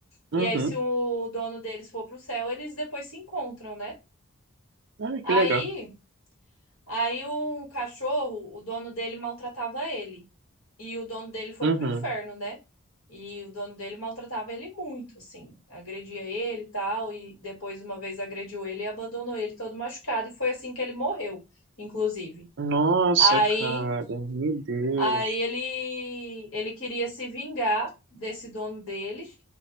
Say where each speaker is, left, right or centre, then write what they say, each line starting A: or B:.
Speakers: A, on the right; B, on the left.
A: Uhum.
B: E aí, se o dono deles for pro céu, eles depois se encontram, né?
A: Ah,
B: Aí.
A: que legal.
B: Aí um cachorro, o dono dele maltratava ele. E o dono dele foi
A: Uhum.
B: pro inferno, né? E o dono dele maltratava ele muito, assim. Agredia ele e tal. E depois, uma vez, agrediu ele e abandonou ele todo machucado. E foi assim que ele morreu, inclusive.
A: Nossa,
B: Aí,
A: cara, meu Deus.
B: aí ele, ele queria se vingar desse dono dele.